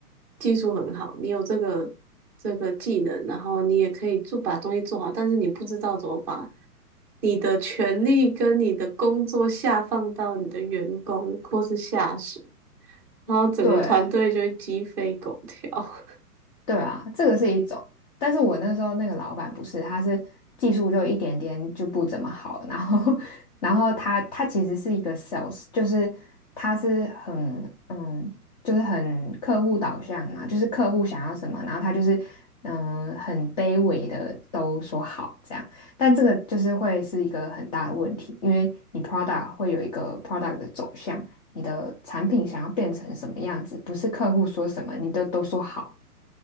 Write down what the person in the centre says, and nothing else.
技术很好，你有这个这个技能，然后你也可以做把东西做好，但是你不知道怎么把你的权利跟你的工作下放到你的员工或是下属，然后整个团队就会鸡飞狗跳。
<laughs>